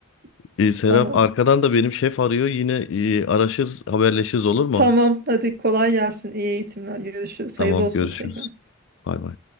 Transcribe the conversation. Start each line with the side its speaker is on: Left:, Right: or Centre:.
Right: <laughs>
Left: Ee, Serap
Right: Tamam.
Left: arkadan da benim şef arıyor. Yine e, araşırız, haberleşiriz olur mu?
Right: Tamam. Hadi kolay gelsin. İyi eğitimler. Görüşürüz.
Left: Tamam
Right: Hayırlı olsun
Left: görüşürüz.
Right: tekrar.
Left: Bay bay.